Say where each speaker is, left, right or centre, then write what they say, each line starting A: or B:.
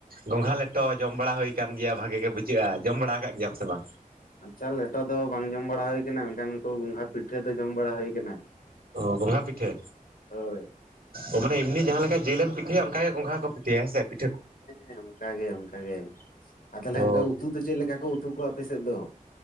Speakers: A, on the right (about 85°); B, on the left (about 80°).
A: ᱜᱚᱝᱜᱷᱟ ᱞᱮᱴᱚ ᱡᱚᱢ ᱵᱟᱲᱟ ᱦᱩᱭ ᱠᱟᱱ ᱜᱮᱭᱟ ᱵᱷᱟᱜᱮ ᱜᱮ ᱵᱩᱡᱷᱟᱹᱜᱼᱟ ᱡᱚᱢ ᱵᱟᱲᱟ ᱟᱠᱟᱫ ᱜᱮᱭᱟᱢ ᱥᱮ ᱵᱟᱝ?
B: ᱟᱪᱪᱷᱟ ᱞᱮᱴᱚ ᱫᱚ ᱵᱟᱝ ᱡᱚᱢ ᱵᱟᱲᱟ ᱦᱩᱭ ᱟᱠᱟᱱᱟ, ᱢᱮᱱᱱᱠᱷᱟᱱ ᱩᱱᱠᱩ ᱜᱚᱸᱜᱷᱟ ᱯᱤᱴᱷᱟᱹ ᱫᱚ ᱡᱚᱢ ᱵᱟᱲᱟ ᱦᱩᱭ ᱟᱠᱟᱱᱟ।
A: ᱚ ᱜᱚᱸᱜᱷᱟ ᱯᱤᱴᱷᱟᱹ?
B: ᱦᱳᱭ।
A: ᱚ ᱢᱟᱱᱮ ᱮᱢᱱᱤ ᱡᱟᱦᱟᱸ ᱞᱮᱠᱟ ᱡᱤᱞᱮᱢ ᱯᱤᱴᱷᱭᱟ ᱚᱱᱠᱟ ᱜᱮ ᱜᱚᱝᱜᱷᱟ ᱠᱚ ᱯᱤᱴᱷᱭᱟ ᱦᱮᱸ ᱥᱮ ᱞᱤᱼᱼ
B: ᱦᱮᱸ ᱚᱱᱠᱟ ᱜᱮ ᱚᱱᱠᱟ ᱜᱮ ᱟᱨ ᱛᱟᱦᱚᱞᱮ
A: ᱚ
B: ᱚᱱᱠᱟ ᱩᱛᱩ ᱫᱚ ᱪᱮᱫ ᱞᱮᱠᱟ ᱠᱚ ᱩᱛᱩ ᱠᱚᱣᱟ ᱟᱯᱮ ᱥᱮᱫ ᱫᱚ?